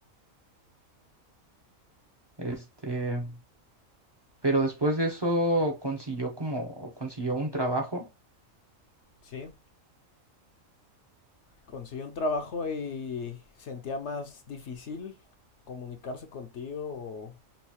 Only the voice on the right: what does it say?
Este, pero después de eso consiguió como, consiguió un trabajo.